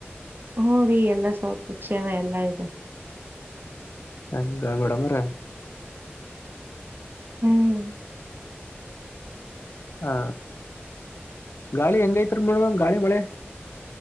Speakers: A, on the right (about 50°); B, on the left (about 65°).
A: ಹ್ಮ ರೀ ಎಲ್ಲ ಸೌಖ್ಯ ಕ್ಷೇಮ ಎಲ್ಲಾ ಇದೆ
B: ಹಂಗ ಮೇಡಮರ
A: ಹ್ಮ್
B: ಹಾ ಗಾಳಿ ಹೆಂಗ ಐತ್ರಿ ಮೇಡಮ್ ಗಾಳಿ ಮಳೆ